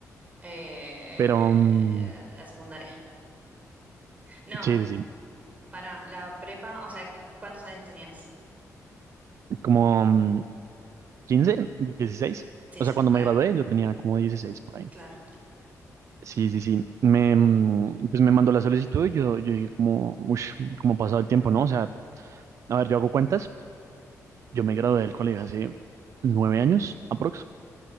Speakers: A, on the right (about 25°); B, on the right (about 55°).
A: Eh,
B: pero mm,
A: la secundaria. No,
B: sí, sí, sí,
A: pará, la prepa, o sea, que- ¿cuántos años tenías?
B: como mm, 15, 16.
A: Sí,
B: O
A: secundaria.
B: sea, cuando me gradué yo tenía como 16 por ahí.
A: Claro.
B: Sí, sí, sí. Me, mm, pues me mandó la solicitud y yo, yo dije como, uff, cómo ha pasado el tiempo, ¿no? O sea, A ver, yo hago cuentas. Yo me gradué del colegio hace nueve años, aprox,